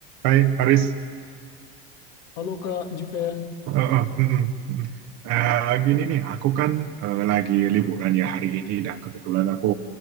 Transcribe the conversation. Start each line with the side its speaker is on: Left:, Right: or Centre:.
Right: Hai Haris,
Left: Halo Kak Juven.
Right: Eh, eh, mm, mm, mm. Eh, gini nih, aku kan eh, lagi liburan ya hari ini dan kebetulan aku